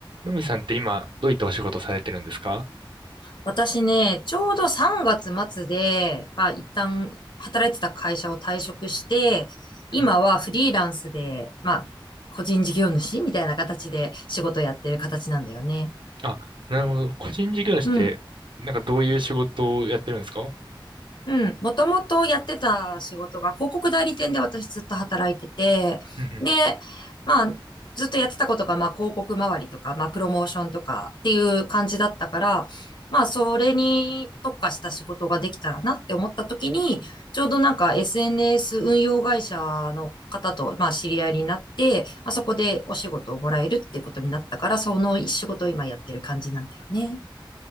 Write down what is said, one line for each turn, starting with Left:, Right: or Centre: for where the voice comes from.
Right: のみさんって今、どういったお仕事されてるんですか
Left: 私ね、ちょうど3月末で、まあ一旦働いてた会社を退職して、今はフリーランスで、
Right: うん
Left: まあ個人事業主みたいな形で仕事やってる形なんだよね。
Right: あ、なるほど。個人事業主って、
Left: うん。
Right: なんかどういう仕事をやってるんですか
Left: うん。もともとやってた仕事が広告代理店で私ずっと働いてて、
Right: うんうん。
Left: で、まあ、ずっとやってたことが、まあ、広告周りとか、まあ、プロモーションとかっていう感じだったから、まあ、それに特化した仕事ができたらなって思った時に、ちょうどなんか SNS 運用会社の方と、まあ、知り合いになって、まあ、そこでお仕事をもらえるっていうことになったから、その仕事を今やってる感じなんだよね。